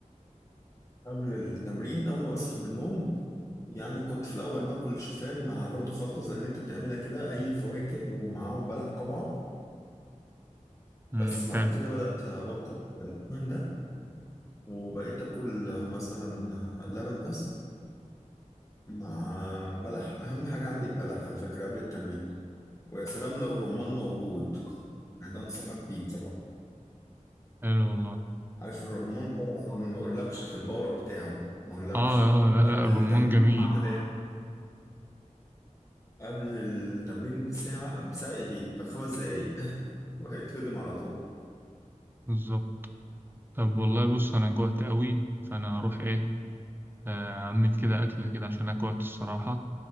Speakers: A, on the left; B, on the right.
A: قبل التمرين اول ما بصحى من النوم يعني كنت في الاول باكل شوفان مع برضو خلطه زي اللي انت بتعملها كده اي فواكه ومعاهم بلح طبعا بس
B: امم
A: بعد
B: حلو
A: كده بدات ابطل الشوفان ده وبقيت اكل مثلا لبن بس مع بلح اهم حاجه عندي البلح على فكره قبل التمرين ويا سلام لو الرمان موجود يعني ده انصحك بيه بصراحه
B: حلو والله
A: عارف الرمان طبعا ما اقولكش في الباور بتاعه ما اقولكش
B: اه اه لا
A: قبل
B: لا الرمان
A: التمرين
B: جميل
A: وانت قبل التمرين بساعة بساعة ايه دي؟ بخمس دقايق <laughs> وهيتهضم على طول
B: بالظبط طب والله بص انا جوعت قوي فانا هروح ايه آه، اعمل كده اكله كده عشان انا جوعت الصراحه